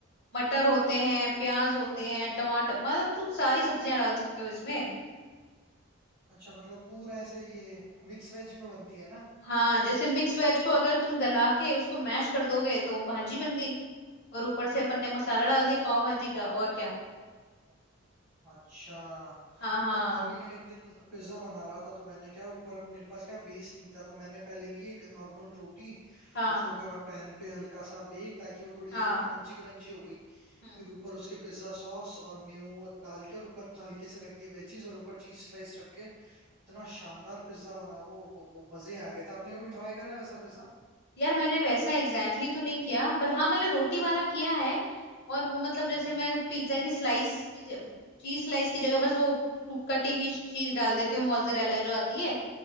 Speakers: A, on the left; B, on the right.
A: मटर होते हैं प्याज होते हैं टमाटर मतलब तुम सारी सब्जियां डाल सकते हो इसमें
B: अच्छा मतलब पूरा ऐसे ये मिक्स वेज में बनती है ना
A: हाँ जैसे मिक्स वेज को अगर तुम गला के उसको मैश कर दोगे तो वो भाजी बन गई और ऊपर से अपन ने मसाला डाल दिया पाव भाजी का और क्या
B: अच्छा
A: हाँ हाँ
B: यार मैं भी क्या एक दिन पिज्जा बना रहा था तो मैंने क्या ऊपर मेरे पास क्या बेस नहीं था तो मैंने पहले ली एक नॉर्मल रोटी
A: हाँ
B: उसको करा पैन पे हल्का सा बेक ताकि वो थोड़ी
A: हाँ
B: ऐसे ना क्रंची क्रंची हो गई
A: हम्म
B: फिर ऊपर उसके पिज्जा सॉस और मेयो डाल के और ऊपर हल्के से रख दी वेजीज और ऊपर चीज स्लाइस रख के इतना शानदार पिज्जा बना वो हो हो मजे आ गए थे आपने कभी ट्राई करा है वैसा पिज्जा
A: यार मैंने वैसा एग्जैक्टली exactly तो नहीं किया पर हाँ मैंने रोटी वाला किया है और वो मतलब जैसे
B: हम्म
A: मैं पिज्जा की स्लाइस की चीज स्लाइस की जगह बस वो टू- कटी हुई चीज डाल देती हूँ मोzzरेला जो आती है